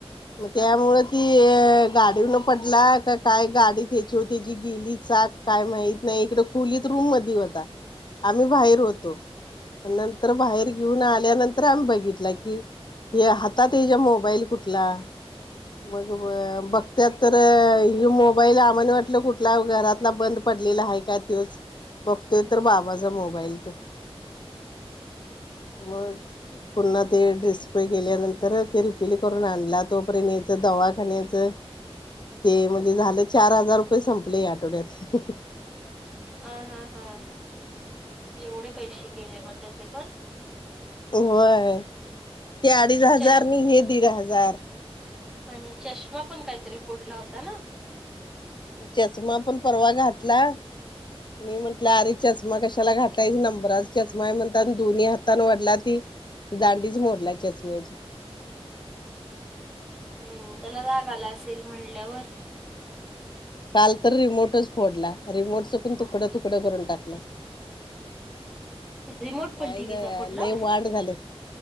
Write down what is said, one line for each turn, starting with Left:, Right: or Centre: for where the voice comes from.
Left: मग त्यामुळे
Centre: हा
Left: की गाडीवरन पडला का काय गाडीत त्याची गेली चाक काय माहित नाही, इकडं खुलीत रूममध्ये होता. आम्ही बाहेर होतो. नंतर बाहेर घेऊन आल्यानंत तर आम्ही बघितला की हे हातात ह्याच्या मोबाईल कुठला. मग अ बघत्यात तर ह मोबाईल आम्हाला वाट कुठला कुठला वगैरे घरातला बंद पडलेला आहे का त्योच बघतोय तर बाबाचा मोबाईल तो. मग पुन्हा ते डिस्प्ले गेल्यानंतर ते रिपेर करून आणला. तोपर्यंत याच दवाखान्यात ते म्हणजे झालं चार हजार रुपये संपले या आठवड्यात.
Centre: हा हा हा. एवढे पैसे गेले मग त्याचे पण?
Left: होय ते अडीच
Centre: आणि
Left: हजार
Centre: चष
Left: आणि हे दीड हजार.
Centre: आणि चष्मा पण काहीतरी फोडला होता ना?
Left: चष्मा पण परवा घातला. मी म्हंटलं अरे चस्मा कशाला घात नंबराचा चष्मा आहे म्हणतानं दोन्ही हातानं वढला ती दांडीच मोडला चष्म्याची.
Centre: हम्म त्याला राग आला असेल म्हणल्यावर.
Left: काल तर रिमोटच फोडलाय. रिमोटचं पण तुकडं तुकडं करून टाकलं.
Centre: रिमोट
Left: काय
Centre: पण टीव्हीचा
Left: झालंय
Centre: फोडला
Left: लय वांड झालंय.